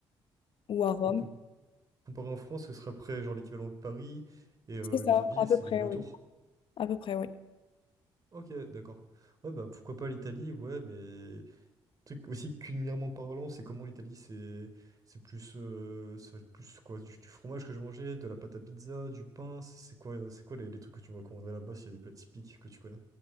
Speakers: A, on the left; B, on the right.
A: ou à Rome.
B: Euh, com- comparé en France, ce serait après genre l'équivalent de Paris et euh,
A: C'est ça,
B: les autres villes,
A: à peu
B: c'est
A: près,
B: les villes autour.
A: oui. À peu près, oui.
B: Ok, d'accord. Ouais, bah pourquoi pas l'Italie, ouais, mais Tu aussi culinairement parlant, c'est comment l'Italie, c'est c'est plus euh, ça va être plus quoi du, du fromage que je mangeais, de la pâte à pizza, du pain, c'est c'est quoi c'est quoi les, les trucs que tu me recommanderais là-bas s'il y a des plats typiques que tu connais?